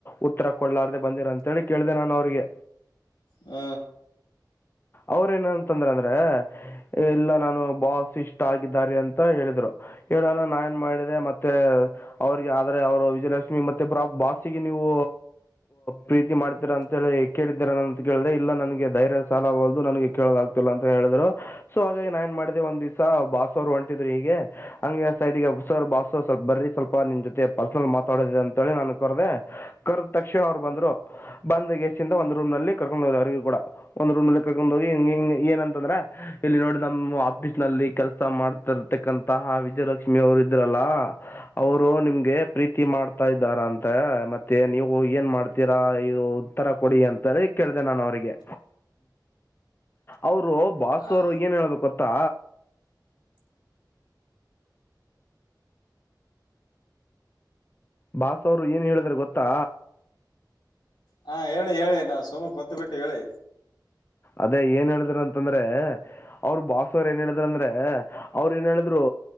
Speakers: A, on the left (about 30°); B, on the left (about 80°).
A: ಉತ್ತರ ಕೊಡ್ಲಾರ್ದ ಬಂದಿರ ಅಂತೇಳಿ ಕೇಳಿದೆ ನಾನು ಅವ್ರಿಗೆ
B: ಹ್ಮ
A: ಅವ್ರ ಏನಂತಂದ್ರ ಅಂದ್ರೆ ಎಲ್ಲ ನಾನು ಬಾಸ ಇಷ್ಟ ಆಗಿದ್ದಾರೆ ಅಂತ ಹೇಳಿದ್ರು ಹೇಳೋಣ ನಾನ್ ಏನ್ ಮಾಡಿದೆ ಮತ್ತೆ ಅವ್ರಿಗೆ ಆದ್ರೆ ಅವರು ವಿಜಯಲಕ್ಷ್ಮಿ ಮತ್ತೆ ಬಾ ಬಾಸಿಗೆ ನೀವು ಪ್ರೀತಿ ಮಾಡ್ತೀರಾ ಅಂತ ಹೇಳಿ ಕೇಳಿದ್ದೀರ ಅಂತ ಕೇಳ್ರೆ ಇಲ್ಲಾ ನನ್ಗೆ ಧೈರ್ಯ ಸಾಲ ವಲ್ದು ನನ್ಗೆ ಕೇಳೋಲಾಗ್ತಿಲ್ಲ ಅಂತ ಹೇಳಿದ್ರು ಸೊ ಹಾಗಾಗಿ ನಾಏನ್ ಮಾಡಿದೆೆ ಒಂದ್ ದಿವ್ಸ ಬಾಸವರು ಹೊಂಟಿದ್ರು ಹೀಗೆ ಹಂಗೆ ಸೈಡ್ಗೆಸರ್ ಬಾಸ ಸ್ವಲ್ಪ ಬರಿ ಸ್ವಲ್ಪ ನಿಮ್ ಜೊತೆ ಪರ್ಸನಲ್ ಮಾತಾಡೋದಿದೆ ಅಂತ ಹೇಳಿ ನಾನನ್ ಕರದೆ ಕರ್ದ ತಕ್ಷಣ ಅವ್ರು ಬಂದ್ರು ಬಂದ್ ೇಸ್ಿಂದ ಒಂದ್ ರೂಮ್ ನಲ್ಲಿ ಕರ್ಕೊಂಡು ಹೋದ್ ಅವ್ರರಿಗೆ ಕೂಡ ಒಂದ್ ರೂಮಲ್ಲಿ ಕರ್ಕೊಂಡ್ ಹೋಗಿ ಹಿಂಗ ಹ ಏನಂತಂದ್ರ ಇಲ್ಲಿ ನೋಡಿ ನಮ್ಮ್ ಆಫೀಸ್ ನಲ್ಲಿ ಕೆಲ್ಸ ಮಾಡ್ ತರ್ತಕ್ಕಂತಹ ವಿಜಯಲಕ್ಷ್ಮಿ ಅವರು ಇದ್ರಲ್ಲ ಅವರು ನಿಮ್ಗೆ ಪ್ರೀತಿ ಮಾಡ್ತಾ ಇದ್ದಾರ ಅಂತ ಮತ್ತೆ ನೀವು ಏನ್ ಮಾಡ್ತೀರಾ ಇದು ಉತ್ತರ ಕೊಡಿ ಅಂತೇಳಿ ಕೇಳಿದೆ ನಾನು ಅವ್ರರಿಗೆ ಅವರು ಬಾಸರು
B: ಆ-
A: ಏನ್ ಹೇಳ್ಬೇಕೊತ್ತಾ ಬಾಸವ್ರು ಏನು ಹೇಳಿದ್ರೆ ಗೊತ್ತಾ
B: ಹಾ ಹೇಳಿ ಹೇಳಿ ನಾವು ಸುಮನ್ ಕುಂತು ಬಿಿಟ್ಟು ಹೇಳಿ
A: ಅದೇ ಏನ್ ಹೇಳಿದ್ರ ಅಂತಂದ್ರೆ ಅವ್ರ ಬಾಸವರ್ ಏನ್ ಹೇಳಿದ್ರ ಅಂದ್ರೆ ಅವ್ರ ಏನ್ ಹೇಳಿದ್ರು